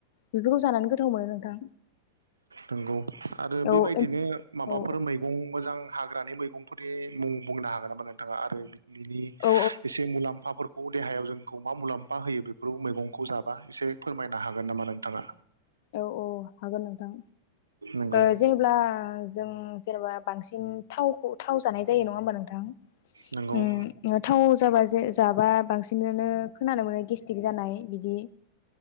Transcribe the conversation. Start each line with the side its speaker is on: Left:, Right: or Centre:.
Left: बेफोरखौ जानानै गोथाव मोनो नोंथां
Right: नंगौ आरो बेबायदिनो
Left: औ औ
Right: माबाफोर
Left: औ
Right: मैगं मोजां हाग्रानि मैगंफोरनि मुं बुंनो हागोन नामा नोंथाङा आरो?? बिनि
Left: औ
Right: एसे मुलाम्फाफोर बे देहायाव जोंखौ मा मुलाम्फा होयो बेफोर मैगंखौ जाबा एसे फोरमायनो हागोन नामा नों थाङा।
Left: औ औ हागोन नोंथां
Right: नंगौ
Left: ओ जेनेब्ला जों जेनेबा बांसिन थावखौ थाव जानाय जायो नङा होमबा नोंथां?? उम
Right: नंगौ
Left: थाव जाबा जाबा बांसिनानो खोनानो मोनो गेस्टिक जानाय बिदि